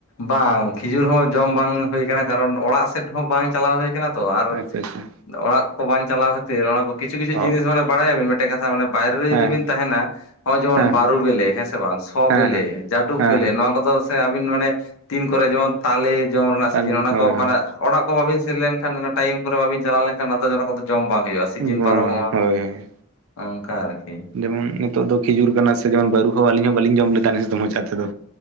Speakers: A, on the left; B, on the right.
A: ᱵᱟᱝ ᱠᱷᱤᱡᱩᱨ ᱦᱚᱸ ᱡᱚᱢ ᱵᱟᱝ ᱦᱩᱭ ᱠᱟᱱᱟ ᱠᱟᱨᱚᱱ ᱚᱲᱟᱜ ᱥᱮᱫ ᱦᱚᱸ ᱵᱟᱝ ᱪᱟᱞᱟᱣ ᱦᱩᱭ ᱠᱟᱱᱟ ᱛᱚ ᱟᱨ
B: ᱟᱪᱪᱷᱟ ᱟᱪᱪᱷᱟ
A: ᱚᱲᱟᱜ ᱠᱚ ᱵᱟᱝ ᱪᱟᱞᱟᱣ ᱠᱷᱟᱹᱛᱤᱨ ᱚᱱᱟ ᱠᱚ ᱠᱤᱪᱷᱩ ᱠᱤᱪᱷᱩ
B: ᱚ
A: ᱡᱤᱱᱤᱥ ᱢᱟᱱᱮ ᱵᱟᱲᱟᱭᱟ ᱵᱮᱱ ᱢᱤᱫᱴᱮᱡ ᱠᱟᱛᱷᱟ ᱢᱟᱱᱮ ᱵᱟᱭᱨᱮ ᱨᱮ
B: ᱦᱮᱸ
A: ᱡᱩᱫᱤ ᱵᱤᱱ ᱛᱟᱦᱮᱱᱟ᱾ ᱦᱚᱸᱜᱼᱚᱭ ᱡᱮᱢᱚᱱ
B: ᱦᱮᱸ
A: ᱵᱟᱨᱩ ᱵᱮᱞᱮ ᱦᱮᱸ ᱥᱮ ᱵᱟᱝ ᱥᱚᱸ
B: ᱦᱮᱸ
A: ᱵᱮᱞᱮ
B: ᱦᱮᱸ
A: ᱪᱟᱰᱩᱠ
B: ᱦᱮᱸ
A: ᱵᱮᱞᱮ
B: ᱦᱮᱸ
A: ᱱᱚᱣᱟ ᱠᱚᱫᱚ ᱥᱮ ᱟᱹᱵᱤᱱ ᱢᱟᱱᱮ ᱛᱤᱱ ᱠᱚᱨᱮ ᱡᱮᱢᱚᱱ ᱛᱟᱞᱮ ᱡᱚᱢ ᱨᱮᱱᱟᱜ
B: ᱛᱟᱦᱚᱞᱮ
A: ᱥᱤᱡᱟᱹᱱ ᱚᱱᱟ
B: ᱦᱳᱭ
A: ᱠᱚ
B: ᱦᱳᱭ
A: ᱵᱟᱲᱟᱜ ᱚᱲᱟᱜ ᱠᱚ ᱵᱟᱹᱵᱤᱱ ᱥᱮᱱ ᱞᱮᱱ ᱠᱷᱟᱱ ᱚᱱᱟ ᱴᱟᱭᱤᱢ ᱠᱚᱨᱮ ᱵᱟᱹᱵᱤᱱ ᱪᱟᱞᱟᱣ ᱞᱮᱱᱠᱷᱟᱱ ᱟᱫᱚ ᱚᱱᱟ ᱠᱚᱫᱚ ᱡᱚᱢ ᱵᱟᱝ ᱦᱩᱭᱩᱜᱼᱟ ᱥᱤᱡᱤᱱ
B: ᱵᱟᱝ ᱵᱟᱝ
A: ᱯᱟᱨᱚᱢᱚᱜᱼᱟ᱾
B: ᱦᱳᱭ ᱦᱳᱭ
A: ᱚᱝᱠᱟ ᱟᱨᱠᱤ
B: ᱡᱮᱢᱚᱱ ᱱᱤᱛᱚᱜ ᱫᱚ ᱠᱷᱤᱡᱩᱨ ᱠᱟᱱᱟ ᱥᱮ ᱡᱮᱢᱚᱱ ᱵᱟᱹᱨᱩ ᱦᱚᱸ ᱟᱹᱞᱤᱧ ᱦᱚᱸ ᱵᱟᱹᱞᱤᱧ ᱡᱚᱢ ᱞᱮᱫᱟ ᱱᱮᱥ ᱫᱚ ᱢᱚᱪᱟ ᱛᱮᱫᱚ